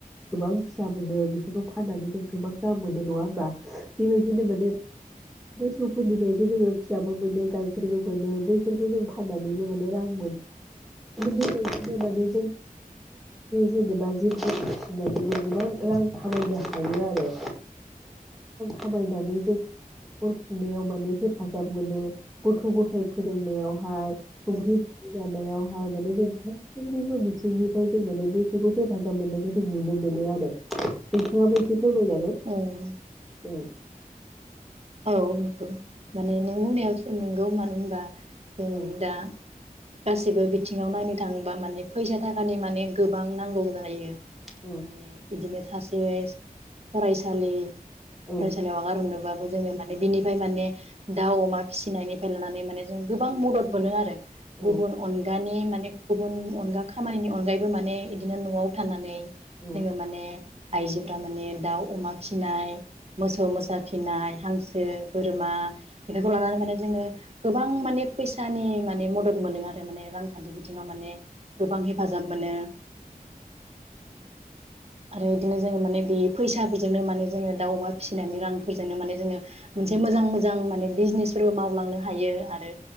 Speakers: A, in the centre; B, on the right.
A: गोबां फिसा मोनो बेफोरखौ फाननानै जों गोबां दाम मोनो नङा होमबा बेबाय बिनो माने <unintelligible> फोरनिफ्रायबो जोङो फिसाबो मोनो गाइखेरबो मोनो बैफोरखौ जों फानानानैनो माने रां मोनो <unintelligible> जोङो बेफोरबायदि जेनेबा जिब <unintelligible> गोबां रां खामायनो हायो आरो थाबायनानै <unintelligible> <unintelligible> खुंनायाव माने हेफाजाब मोनो गथ' गथाय फोरोंनायावहाय संख्रि
B: औ
A: <unintelligible> जानायावहाय माने जों <unintelligible> बिथिंनिफ्राय जों माने बैफोरखौ हेफाजाब मोननायखौ जों नुनो मोनो आरो नैथाङाबो एसे फोरमाय जागोन
B: औ औ
A: ओम।
B: औ नंगौ माने नों बुंनायावसो नोंगौ मानो होनबा। ओ
A: औ
B: दा। गासिबो बिथिङाव नायनो थाङोबा माने फैसा थाखानि माने गोबां नांगौ जालायो।
A: औ
B: माने इदिनो। सासे फरायसालि।
A: औ
B: फरायसालियाव आगार हरनो बा बो जोङो माने बिनिफ्राय माने दाउ अमा फिसिनायनिफ्राय लानानै माने जों गोबां मदद मोनो आरो। गुबुन
A: औ
B: अनगानि। माने गुबुन अनगा खामानिनि अनगायैबो माने इदिनो न'आव थनानै।
A: औ
B: जोङो माने। आयजोफ्रा माने दाउ अमा फिनाय। मोसौ मोसा फिनाय। हांसो बोरमा। बेफोरखौ लानानै माने जोङो। गोबां माने फैसा। सानि माने मदद मोनो आरो। माने रांखान्थि बिथिङाव माने गोबां हेफाजाब मोनो। आरो बिदिनो जोङो माने बे फैसाफोरजोंनो माने जोङो दाउ अमा फिसिनायनि रांफोरजोंनो माने जोङो।
A: औ
B: मोनसे
A: औ
B: मोजां मोजां माने। बिजनेसफोरबो मावलांनो हायो आरो।